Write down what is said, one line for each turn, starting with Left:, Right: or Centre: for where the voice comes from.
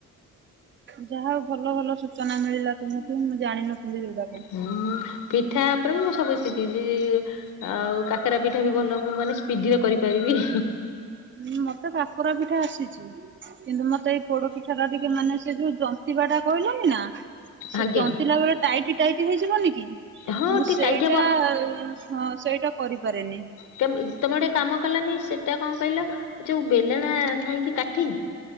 Right: ଯା ହଉ ଭଲ ଭଲ ସୂଚନା ମିଳିଲା ତୁମଠୁ ମୁଁ ଜାଣିିନଥିଲି ଏଗୁଡାକ।
Left: ହୁଁ ପିଠା ଉପରେ ମୁଁ ସବୁ ଶିଖିଛି। ଆଉ କାକରା ପିଠା ବି ଭଲ ମୁଁ ବନେ ସ୍ପିଡିରେ କରିପାରିବି।
Right: ଉଁ ମତେ କାକରା ପିଠା ଆସିଛି। କିନ୍ତୁ ମତେ ଏଇ ପୋଡ ପିଠାଟା ଟିକେ ମାନେ ସେ ଯୋଉ ଜନ୍ତିବା ଟା କହିଲନି ନା। ସେ
Left: ଆଜ୍ଞା
Right: ଜନ୍ତିଲା ବେଳେ ଟାଇଟ୍ ଟାଇଟ୍ ହେଇଯିବନି କି?
Left: ହଁ
Right: ମୁଁ
Left: ଟିକେ
Right: ସେଇଟା
Left: ଟାଇଟ୍ ହବ।
Right: ହଁ ସେଇଟା କରିପାରେନି।
Left: ତମ ତମେ ଗୋଟେ କାମ କଲାନି ସେଟା କଣ କହିଲ ଯୋଉ ବେଲଣା ନାଇଁ କିି କାଠି